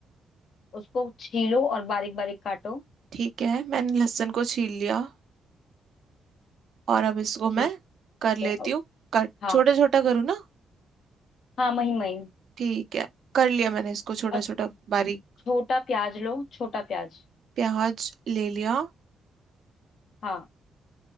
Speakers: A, on the left; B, on the right.
A: उसको छीलो और बारीक बारीक काटो
B: ठीक है मैंने लहसुन को छील लिया और अब इसको
A: ठीक
B: मैं कर
A: है
B: लेती
A: और-
B: हूँ कट
A: हाँ
B: छोटा छोटा करूँ ना
A: हाँ महीन महीन
B: ठीक है कर लिया मैंने इसको छोटा
A: और
B: छोटा बारीक
A: छोटा प्याज लो छोटा प्याज
B: प्याज ले लिया
A: हाँ